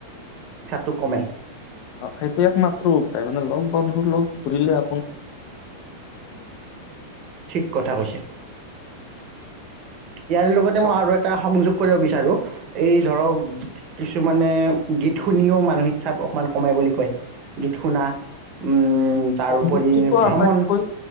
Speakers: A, on the right; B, on the left.
A: টো কমে।
B: অ সেইটো একমাত্ৰ উপায় মানে লগ বন্ধু লগ ঘূৰিলে।
A: ঠিক কথা কৈছে। ইয়াৰ লগতে
B: তাৰপিছত
A: মই আৰু এটা সংযোগ। কৰিব বিচাৰো এই ধৰক কিছু কিছুমানে গীত শুনিও মানসিক চাপ অকণমান কমে বুলি কয়। গীত শুনা, উম উম, তাৰোপৰি
B: সংগীতটোতো
A: ভ্ৰমণ
B: আটাইতকৈ